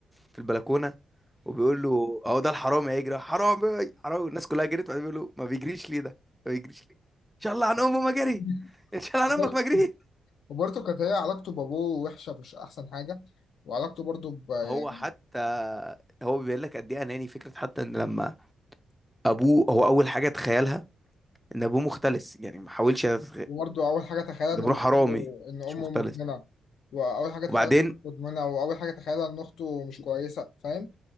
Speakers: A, in the centre; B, on the left (about 80°).
A: في البلكونة وبيقول له أهو ده الحرامي هيجري حرامي حرامي والناس كلها جريت وبعدين بيقول له ما بيجريش ليه ده ما بيجريش ليه إن شاء الله عن أمه ما جري
B: <laughs>
A: إن شاء الله عن
B: وبر-
A: أمك ما جري
B: وبرضه كانت هي علاقته بأبوه وحشة مش أحسن حاجة وعلاقته برضه ب... يعني
A: هو حتى هو بيبين لك قد إيه أناني فكرة حتى إن لما أبوه هو أول حاجة تخيلها ان ابوه مختلس يعني ما حاولش يتخ-
B: وبرضه أول حاجة تخيلها
A: ده
B: إن
A: بروح
B: أمه
A: حرامي
B: إن أمه
A: مش مختلس
B: مدمنة وأول حاجة تخيلها
A: وبعدين
B: إن أمه مدمنة وأول حاجة تخيلها إن أخته مش كويسة فاهم؟